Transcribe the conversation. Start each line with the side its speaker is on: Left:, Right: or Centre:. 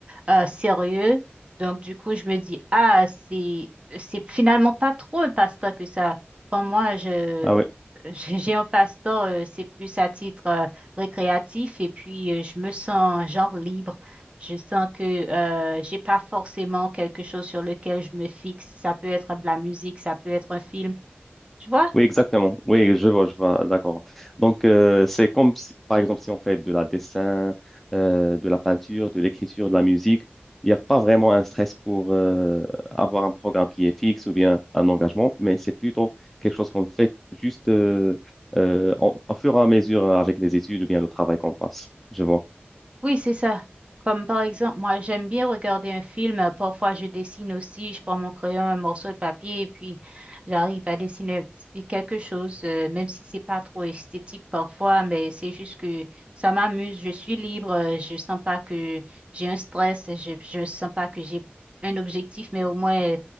Right: euh, sérieux. Donc, du coup, je me dis, ah, c'est, c'est finalement pas trop un pasteur que ça. Quand moi, je,
Centre: Ah oui.
Right: je- <laughs> j'ai un pasteur, euh, c'est plus à titre euh, récréatif et puis euh, je me sens genre libre. Je sens que euh, j'ai pas forcément quelque chose sur lequel je me fixe. Ça peut être de la musique, ça peut être un film. Tu vois?
Centre: Oui, exactement. Oui, je vois, je vois, d'accord. Donc, euh, c'est comme si, par exemple, si on fait de la dessin, euh, de la peinture, de l'écriture, de la musique, il n'y a pas vraiment un stress pour euh, avoir un programme qui est fixe ou bien un engagement, mais c'est plutôt quelque chose qu'on fait juste euh, euh, en- au fur et à mesure avec les études ou bien le travail qu'on passe. Je vois.
Right: Oui, c'est ça. Comme par exemple, moi, j'aime bien regarder un film. euh, Parfois, je dessine aussi. Je prends mon crayon, un morceau de papier, et puis j'arrive à dessiner un petit- quelque chose, euh, même si c'est pas trop esthétique parfois, mais c'est juste que ça m'amuse. Je suis libre. euh, Je sens pas que j'ai un stress. Je, je sens pas que j'ai un objectif, mais au moins,